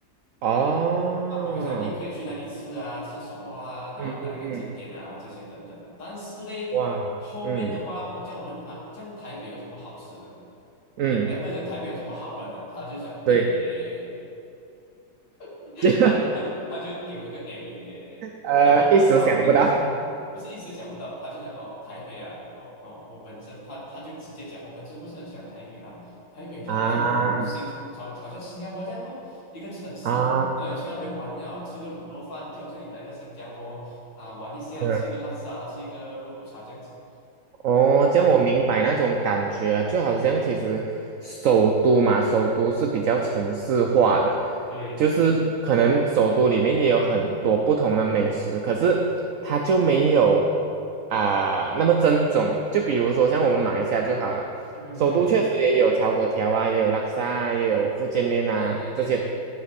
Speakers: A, on the right; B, on the left.
A: 哦，
B: 啊，比如讲，诶，可以去那里吃啊，吃什么啊，然后哪一个景点啊，
A: 嗯嗯嗯，
B: 这些等等的。但是呢，
A: 哇，
B: 后面的话，
A: 嗯
B: 我这样问他，这样台北有什么好吃的？
A: 嗯，
B: 诶，哎，不是，台北有什么好玩的？他就讲，
A: 对，
B: 诶。<laughs>
A: <laughs> 这个
B: 他他他就给我一个哎哎哎哎，
A: 呃，
B: 然后然后那
A: 一时想不到
B: 不是一时想不到，他就讲哦台北啊，哦哦我本身他他就直接讲我本身不是很喜欢台北啦，台北就好像新好好像新加坡这样咯，
A: 啊
B: 一个城市，
A: 啊，
B: 然后你去那边玩了，吃个卤肉饭，就好像你来到新加坡啊玩一下，
A: 嗯。
B: 吃个拉沙，吃个肉骨茶这样子。
A: 哦，这样我明白那种感觉了，就好像其实首都嘛，首都是比较城市化的，
B: 对，
A: 就是嗯可能首都里面也有很多不同的美食，可是它就没有啊、那么正宗。就比如说像我们马来西亚就好了，
B: 嗯嗯
A: 首都确实也有炒果条啊，也有拉沙啊，也有福建面啊这些
B: 对对对对